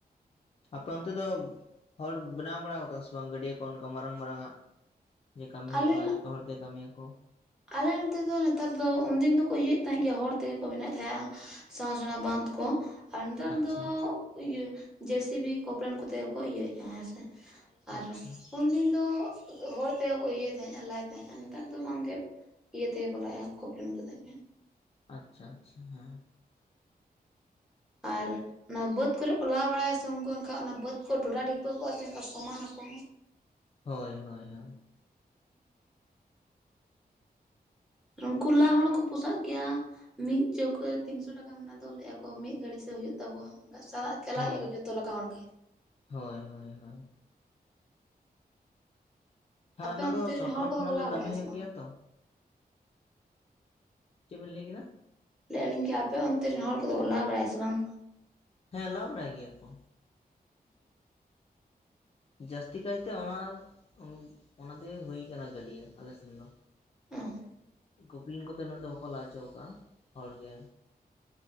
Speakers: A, on the left (about 40°); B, in the centre.
A: ᱟᱯᱮ ᱚᱱᱛᱮ ᱫᱚ ᱦᱚᱲ ᱵᱮᱱᱟᱣ ᱵᱟᱲᱟᱣ ᱠᱟᱫᱟ ᱥᱮ ᱵᱟᱝ ᱜᱟᱹᱰᱭᱟᱹ ᱠᱚ ᱚᱝᱠᱟ ᱢᱟᱨᱟᱝ ᱢᱟᱨᱟᱝ ᱟᱜ? ᱡᱮ ᱠᱟᱹᱢᱤ ᱦᱩᱭᱩᱜᱭ-ᱟ
B: ᱟᱞᱮ
A: ᱡᱚᱛᱚ ᱦᱚᱲ ᱛᱮ ᱠᱟᱹᱢᱤᱭᱟ ᱟᱠᱚ᱾
B: ᱟᱞᱮ ᱱᱚᱛᱮ ᱫᱚ ᱱᱮᱛᱟᱨ ᱫᱚ ᱩᱱᱫᱤᱱ ᱫᱚᱠᱚ ᱤᱭᱟᱹᱭᱮᱫ ᱛᱟᱦᱮᱸ ᱜᱮᱭᱟ ᱦᱚᱲ ᱛᱮᱜᱮ ᱠᱚ ᱵᱮᱱᱟᱣᱮᱜ ᱛᱟᱦᱮᱸᱜ-ᱟ᱾ ᱥᱮᱬᱟ ᱥᱮᱬᱟ ᱵᱟᱸᱫᱷ ᱠᱚ᱾ ᱟᱨ ᱱᱮᱛᱟᱨ
A: ᱟᱪᱪᱷᱟ
B: ᱫᱚ ᱤᱭᱟᱹ ᱡᱮ ᱥᱤ ᱵᱤ ᱠᱚᱯᱞᱮᱱ ᱠᱚᱛᱮ ᱜᱮᱠᱚ ᱤᱭᱟᱹᱭᱮᱜ-ᱟ ᱦᱮᱸ ᱥᱮ᱾ ᱟᱨ
A: ᱟᱪᱪᱷᱟ
B: ᱩᱱᱫᱤᱱ ᱫᱚ ᱦᱚᱲ ᱛᱮᱜᱮ ᱠᱚ ᱤᱭᱟᱹᱭ ᱛᱟᱦᱮᱸᱜ-ᱟ ᱞᱟᱭ ᱛᱟᱦᱮᱸᱜ-ᱟ ᱱᱮᱛᱟᱨ ᱫᱚ ᱵᱟᱝᱜᱮ ᱤᱭᱟᱹ ᱛᱮᱜᱮ ᱠᱚ ᱞᱟᱭᱮᱜ-ᱟ ᱠᱚᱵᱞᱮᱢ ᱠᱚᱛᱮᱜ ᱜᱮ᱾
A: ᱟᱪᱪᱷᱟ ᱟᱪᱪᱷᱟ ᱦᱮᱸ
B: ᱟᱨ ᱚᱱᱟ ᱵᱟᱹᱫᱽ ᱠᱚᱨᱮ ᱠᱚ ᱞᱟ ᱵᱟᱲᱟᱭᱟ ᱥᱮ ᱩᱝᱠᱩ ᱮᱱᱠᱷᱟ ᱚᱱᱟ ᱵᱟᱹᱫᱽ ᱠᱚ ᱰᱷᱚᱰᱰᱟ ᱰᱷᱤᱯᱟᱹ ᱠᱚᱜ ᱟᱛᱮ ᱚᱝᱠᱟ ᱥᱚᱢᱟᱱᱟᱠᱚ᱾
A: ᱦᱳᱭ ᱦᱳᱭ ᱦᱳᱭ
B: ᱩᱱᱠᱩ ᱞᱟ ᱦᱚᱲ ᱠᱚ ᱯᱚᱥᱟᱜ ᱠᱮᱭᱟ ᱢᱤᱫ ᱪᱟᱹᱣᱠᱟᱹ ᱨᱮ ᱛᱤᱱᱥᱚ ᱴᱟᱠ ᱫᱚᱢ ᱚᱱᱟ ᱫᱚ ᱞᱟᱹᱭᱟ ᱠᱚ ᱢᱤᱜ ᱜᱷᱟᱹᱲᱤ ᱥᱮ ᱦᱩᱭᱩᱜ ᱛᱟᱵᱚᱣᱟ ᱚᱝᱠᱟ ᱥᱟᱨᱟᱜ ᱪᱟᱞᱟᱜ
A: ᱦᱳᱭ
B: ᱜᱮᱭᱟ ᱠᱚ ᱡᱚᱛᱚ ᱞᱮᱠᱟ ᱦᱚᱲᱜ ᱜᱮ᱾
A: ᱦᱳᱭ ᱦᱳᱭ ᱦᱳᱭ ᱦᱟ
B: ᱟᱯᱮ
A: ᱚᱱᱟ
B: ᱚᱱᱛᱮ
A: ᱫᱚ
B: ᱨᱮᱱ
A: ᱥᱚᱨᱠᱟᱨ
B: ᱦᱚᱲ ᱠᱚᱫᱚ
A: ᱠᱷᱚᱱᱟᱜ
B: ᱠᱚ
A: ᱜᱮ
B: ᱞᱟ ᱵᱟᱲᱟᱭᱟ
A: ᱠᱟᱹᱢᱤ ᱦᱩᱭᱩᱜ
B: ᱥᱮ ᱵᱟᱝ
A: ᱜᱮᱭᱟ ᱛᱚ᱾ ᱪᱮᱜ ᱵᱮᱱ ᱞᱟᱹᱭ ᱠᱮᱫᱟ?
B: ᱞᱟᱹᱭᱮᱜᱼᱟᱞᱤᱧ ᱠᱤ ᱟᱯᱮ ᱨᱮᱱ ᱦᱚᱲ ᱠᱚᱫᱚ ᱞᱟ ᱵᱟᱲᱟᱭᱟ ᱥᱮ ᱵᱟᱝ?
A: ᱦᱮᱸ ᱞᱟ ᱵᱟᱲᱟᱭ ᱜᱮᱭᱟ ᱠᱚ᱾ ᱡᱟᱹᱥᱛᱤ ᱠᱟᱭᱛᱮ ᱚᱱᱟ ᱩᱱ ᱚᱱᱟᱛᱮ ᱜᱮ ᱦᱩᱭ ᱠᱟᱱᱟ ᱜᱟᱹᱰᱭᱟᱹ ᱟᱞᱮᱥᱮᱱ ᱫᱚ᱾
B: ᱚ ᱦᱚ
A: ᱜᱳᱯᱞᱮᱱ ᱠᱚᱛᱮ ᱩᱱᱟᱹᱜ ᱫᱚ ᱵᱟᱠᱚ ᱞᱟ ᱚᱪᱚᱣ ᱠᱟᱜ-ᱟ ᱦᱚᱲ ᱜᱮ